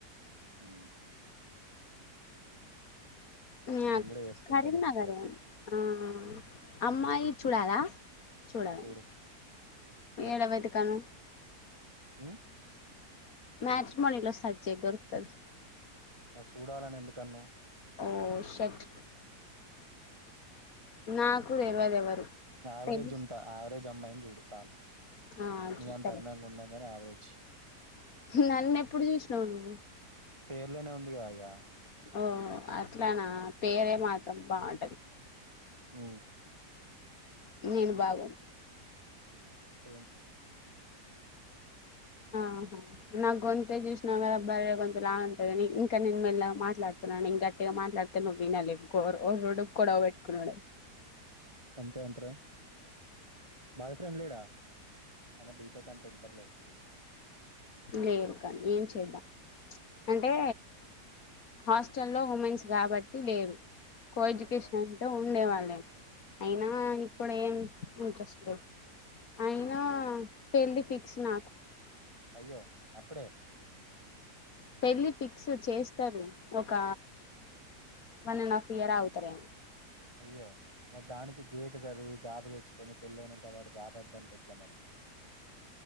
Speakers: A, on the right (about 15°); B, on the left (about 60°).
A: హ
B: ఆ
A: నేను కూడా చేసుకుంటా
B: కరీంనగర్ే
A: నెక్స్ట్ ఇయర్
B: ఆ అమ్మాయి చూడాలా చూడాలి
A: చూడు
B: ఏడవైతే కాను
A: ఆ
B: మచ్ మనీలో సజజయి దొరుకదు
A: మ చూడాలని ఎందుకన్ను
B: ఓ షట్ నా కూడాడ ఇల్వద ఎవరు
A: యావరేజ్
B: తెలు
A: ఉంటా యావరేజ్ అమ్మాయిని చూడు చాలు
B: ఆ
A: మ
B: చూస్తలే
A: అంత అందంగా ఉన్నాం కానీ యావరేజ్
B: నన్ను ఎప్పుడు చూసినావు
A: పేర్లోనే ఉందిగా అక
B: ఓ అట్లానా పేరే మాత్రం బాగుంటది
A: ఆ
B: నేను బాగను
A: నిశయం
B: ఆహా నాకు గొంత చూసిన కదా బర కొంత లాగా ఉంటందిని ఇంకా నేను మెల్ల మాట్లాడుతున్నాను ఇంకా టిగా మాట్లాడుతానువనాలిడు కూడాొడవ పెట్టుకున్నాడు
A: అంత అంత బాయ్ ఫ్రెండ్ లేలీడా బ ే కంట ఉంటలే
B: లేదు కానీ ఏం చేద్దాం అంటే హాస్టల్లో ఉమెన్స్ కాబట్టి లేరు కో ఎడ్యుకేషన్ంటో
A: అయ్యో
B: ఉండే వాళ్ళే అయినా ఇప్పుడ ఏం ఇంట్రెస్ట్ లేదు అయినా పెళ్ళి ఫిక్స్ నాకు
A: అయ్యో అప్పుడే
B: పెళ్ళి ఫిక్స్ చేస్తారు ఒక వన్ అండ్ హాఫ్ ఇయర్ అవుతారేమో
A: అయ్యో మరి దానికి గేటు చదివి జాబ్ు తెచ్చుకొని పెళ్ళయినా కా వాడు జాబ్ వద్దంటే ఎట్లా మరి